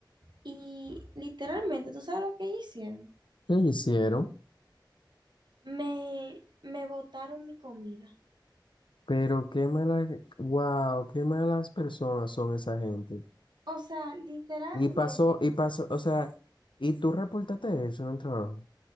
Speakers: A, on the right (about 65°); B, on the left (about 80°).
A: y literalmente, ¿tú sabes lo que ellas hicieron?
B: ¿qué hicieron?
A: Me, me botaron mi comida.
B: Pero qué malas, wow, qué malas personas son esa gente.
A: O sea, literalmente
B: Y pasó, y pasó, o sea, y tú reportaste eso en el trabajo.